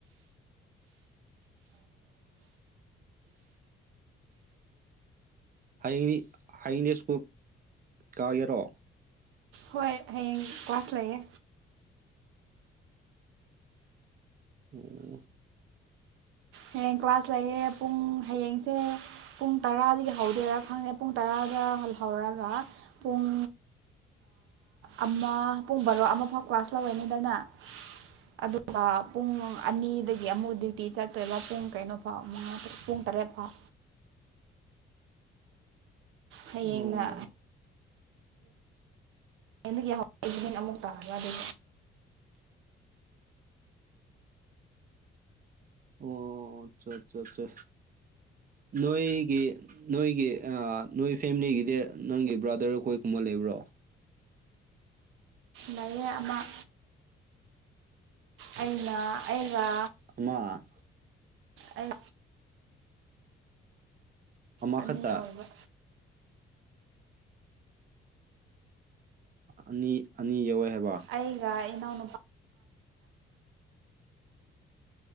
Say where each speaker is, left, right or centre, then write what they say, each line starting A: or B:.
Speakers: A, on the right; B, on the right.
A: ꯍꯌꯦꯡ ꯍꯌꯦꯡꯅꯦ ꯁ꯭ꯀꯨꯜ ꯀꯥꯒꯦꯔꯣ
B: ꯍꯣꯏ ꯍꯌꯦꯡ ꯀ꯭ꯂꯥꯁ ꯂꯩꯌꯦ
A: ꯎꯝ
B: ꯍꯌꯦꯡ ꯀ꯭ꯂꯥꯁ ꯂꯩꯌꯦ ꯄꯨꯡ ꯍꯌꯦꯡꯁꯦ ꯄꯨꯡ ꯇꯔꯥꯗꯒꯤ ꯍꯧꯗꯣꯏꯔꯥ ꯈꯪꯗꯦ ꯄꯨꯡ ꯇꯔꯥꯗ ꯍꯜꯍꯧꯔꯒ ꯄꯨꯡ ꯑꯃ ꯄꯨꯡ ꯕꯥꯔꯣ ꯑꯃꯐꯥꯎ ꯀ꯭ꯂꯥꯁ ꯂꯧꯔꯦꯅꯤꯗꯅ ꯑꯗꯨ ꯄ ꯄꯨꯡ ꯑꯅꯤꯗꯒꯤ ꯑꯃꯨꯛ ꯗ꯭ꯌꯨꯇꯤ ꯆꯠ ꯇꯣꯏꯂꯥ ꯄꯨꯡ ꯀꯩꯅꯣ ꯐꯥꯎ ꯃꯉꯥ ꯄꯨꯡ ꯇꯔꯦꯠ ꯐꯥꯎ ꯍꯌꯦꯡꯅ
A: ꯎꯝ ꯑꯣ
B: ꯍꯦꯟꯗꯒꯤ ꯍꯧ ꯑꯤꯕꯤꯅꯤꯡ ꯑꯃꯨꯛ ꯇꯥꯒꯔꯗꯤ
A: ꯑꯣ ꯆꯣ ꯆꯣ ꯆꯣ ꯅꯣꯏꯒꯤ ꯅꯣꯏꯒꯤ ꯅꯣꯏ ꯐꯦꯃꯤꯂꯤꯒꯤꯗꯤ ꯅꯪꯒꯤ ꯕ꯭ꯔꯥꯗꯔ ꯈꯣꯏ ꯀꯨꯝꯕ ꯂꯩꯕ꯭ꯔꯣ
B: ꯂꯩꯌꯦ ꯑꯃ ꯑꯩꯅ ꯑꯩꯒ
A: ꯑꯃ
B: ꯑꯩ
A: ꯑꯃꯈꯛꯇ
B: ꯑꯅꯤ ꯑꯣꯏꯕ
A: ꯑꯅꯤ ꯑꯅꯤ ꯌꯧꯋꯦ ꯍꯥꯏꯕ
B: ꯑꯩꯒ ꯏꯅꯥꯎꯅꯨꯄꯥ